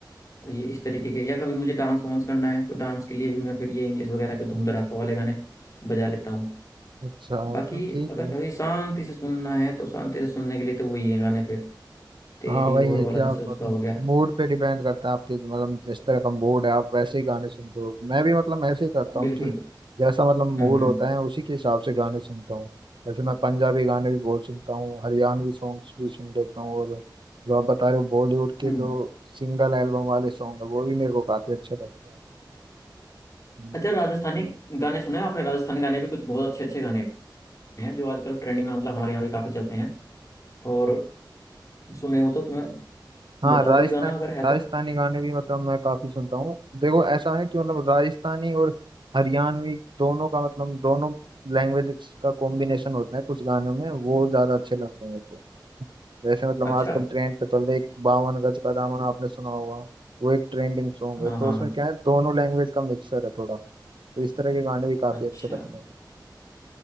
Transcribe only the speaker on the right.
अच्छा
मतलब ठीक
है
हाँ वही
है
कि
आप
मतलब
मूड पे डिपेंड करता है आपके मतलब जिस तरह का मूड है आप वैसे ही गाने सुनते हो मैं भी मतलब ऐसे ही करता हूँ
कि जैसा मतलब मूड
होता है उसी के हिसाब से गाने सुनता हूँ जैसे मैं पंजाबी गाने भी बहुत सुनता हूँ हरियाणवी सॉन्ग्स भी सुन लेता हूँ और जो आप बता रहे हो बॉलीवुड के
जो सिंगल एल्बम वाले सॉन्ग है वो भी मेरे को काफी अच्छे लगते हैं हम्म।
हाँ
राजस्थान
राजस्थानी
गाने भी मतलब मैं काफी सुनता हूँ देखो ऐसा है कि मतलब राजस्थानी और हरियाणवी दोनों का मतलब दोनों लैंग्वेजेस का कॉम्बिनेशन होता है कुछ गानों में वो ज्यादा अच्छे लगते हैं मेरे को जैसे मतलब
आजकल ट्रेंड पे चल रहा है एक बावन गज का दामन आपने सुना होगा वो एक ट्रेंडिंग सॉन्ग
है
तो उसमें
क्या है दोनों लैंग्वेज का मिक्सर है थोड़ा तो इस तरह के गाने भी काफी
अच्छे लगते हैं